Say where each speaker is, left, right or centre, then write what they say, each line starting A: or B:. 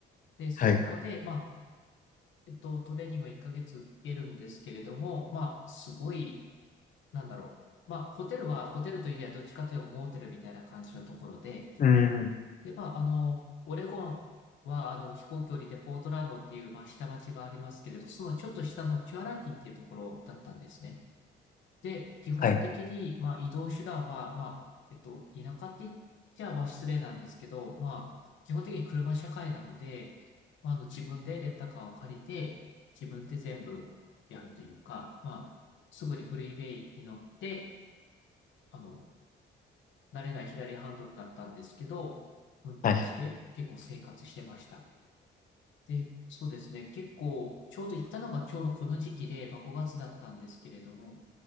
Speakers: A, on the left; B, on the left.
A: で、そこで、
B: はい。
A: まあ、えっと、トレーニングを1ヶ月受けるんですけれども、まあ、すごい、なんだろう。まあ、ホテルは、ホテルといえばどっちかというとモーテルみたいな感じのところで、
B: うん。
A: で、まあ、あの、オレゴンは、あの、飛行距離でポートランドっていう、まあ、下町がありますけれど、そのちょっと下のキュアラティンっていうところだったんですね。で、基本的に、
B: はい。
A: まあ、移動手段は、まあ、えっと、田舎って言っちゃ、まあ、失礼なんですけど、まあ、基本的に車社会なので、まあ、あの、自分でレンタカーを借りて、自分で全部やるというか、まあ、すぐにフリーウェイに乗って、あの、慣れない左ハンドルだったんですけど、運転して結構生活してました。
B: はい。
A: で、そうですね。結構、ちょうど行ったのがちょうどこの時期で、まあ、5月だったんですけれども、